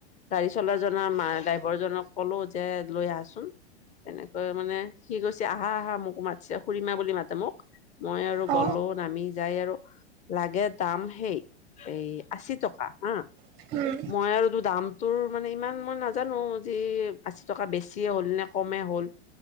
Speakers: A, on the left; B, on the right.
A: গাড়ী চলা জনা মাৰ ড্ৰাইভাৰ জনক ক'লো যে লৈ আহাচোন। তেনেকৈ মানে সি কৈছে আহা আহা মোকো মাতছে খুৰিমা বুলি মাতে মোক। মই আৰু
B: অ অ
A: গ'লো নামি যাই আৰু, লাগে দাম সেই এই আশী টকা হা।
B: উম
A: মই আৰু তোৰ দামটোৰ মানে ইমান মই নাজানো যে আশী টকা বেছিয়ে হ'ল নে কমে হ'ল।